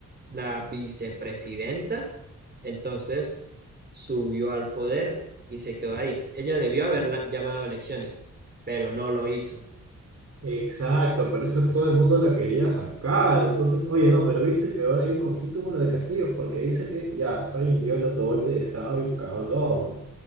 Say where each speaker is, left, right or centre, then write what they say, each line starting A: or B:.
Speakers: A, on the right; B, on the right.
A: la vicepresidenta, entonces subió al poder y se quedó ahí. Ella debió haber llamado a elecciones, pero no lo hizo.
B: Exacto, por eso todo el mundo la quería sacar. Entonces, oye, no, pero viste que ahora hay un conflicto con lo de Castillo, porque dice que ya, está bien, dio el autogolpe de Estado y cagó todo, ¿no?